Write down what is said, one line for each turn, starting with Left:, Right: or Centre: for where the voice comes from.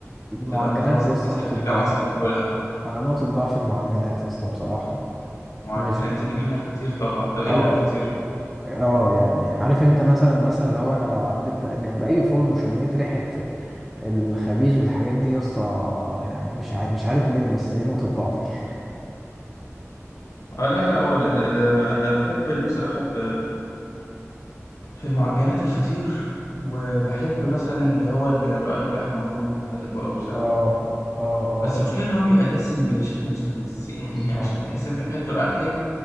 Centre: المعجنات
Left: تبقى خلاص
Centre: يا اسطى
Left: نفسك
Centre: نقطه
Left: ترجع
Centre: ضعفي
Left: مصر
Centre: بصراحه
Left: تاكلها
Centre: انا نقطه ضعف المعجنات يا اسطى بصراحه
Left: معجنات
Centre: مش
Left: اللي منها الفطير طبعا طب ايه
Centre: اه
Left: غير الفطير
Centre: اه يعني عارف انت مثلا مثلا لو انا لو عديت جنب اي فرن وشميت ريحه الخبيز والحاجات دي يا اسطى يعني مش عارف مش عارف ليه بس دي نقطه ضعفي <laughs>
Left: اه لا لا هو ال- ال- ال- انا بحب ال- بصراحه ال- في المعجنات الفطير وبحب مثلا اللي هو الرقاق باللحمه المفرومه بحبه قوي بصراحه
Centre: اه اه اه
Left: بس المشكله
Centre: اه
Left: ان هو بيبقى دسم بشكل مستفز <laughs> يعني
Centre: صح
Left: عشان تحس ان انت اكلت رقاق حلو